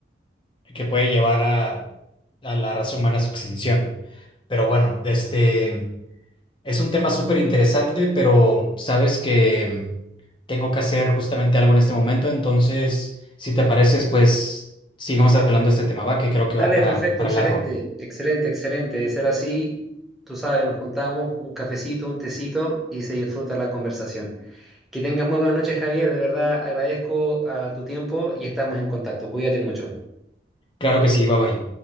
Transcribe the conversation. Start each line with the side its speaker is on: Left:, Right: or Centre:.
Left: que puede llevar a, a la raza humana a su extinción. Pero bueno, este es un tema súper interesante, pero sabes que tengo que hacer justamente algo en este momento, entonces, si te pareces, pues sigamos hablando de este tema, va, que creo que
Centre: Dale,
Left: va para,
Centre: perfecto,
Left: para
Centre: excelente,
Left: largo.
Centre: excelente, excelente. De ser así, tú sabes, nos juntamos un cafecito, un tecito y se disfruta la conversación. Que tengas muy buenas noches, Javier. De verdad agradezco a tu tiempo y estamos en contacto. Cuídate mucho.
Left: Claro que sí, bye bye.